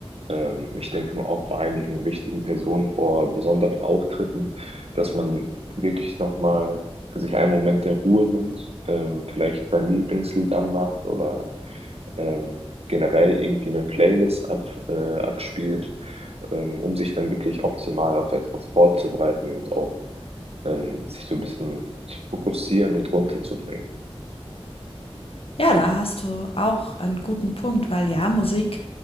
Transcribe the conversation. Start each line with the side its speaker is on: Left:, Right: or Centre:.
Right: ähm, ich denke mal auch bei einigen wichtigen Personen vor besonderen Auftritten, dass man wirklich nochmal sich einen Moment der Ruhe nimmt, ähm, vielleicht sein Lieblingslied anmacht oder ähm, generell irgendwie eine Playlist ab, äh, abspielt ähm, um sich dann wirklich optimal auf etwas vorzubereiten und auch ähm, sich so ein bisschen zu fokussieren und runterzubringen.
Left: Ja, da hast du auch einen guten Punkt, weil ja, Musik,